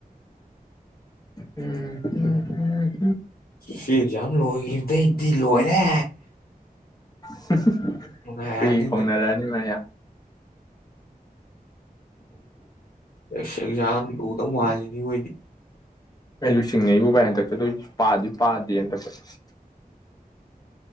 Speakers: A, on the left; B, on the left.
A: ꯎꯝ ꯎꯝꯝ
B: ꯁꯤ ꯌꯥꯝꯂꯣ ꯏꯕꯗꯩꯗꯤ ꯂꯣꯏꯔꯦ
A: ꯁ ꯁꯤ
B: ꯅꯨꯡꯉꯥꯏꯔꯅꯤ
A: ꯍꯨꯏ ꯈꯣꯡꯅꯔꯛꯑꯅꯤ ꯃꯌꯥ
B: ꯁꯖꯝ ꯃꯥꯜꯂꯤꯅꯤ ꯑꯣꯏꯣꯏꯗꯤ
A: ꯑꯩꯨ ꯁꯤꯡꯉ ꯑꯩꯌꯨ ꯚꯥꯏ ꯍꯟꯗꯛꯇ ꯑꯗꯨꯁꯨ ꯄꯥꯗꯤ ꯄꯥꯗꯦ ꯍꯟꯗꯛꯇ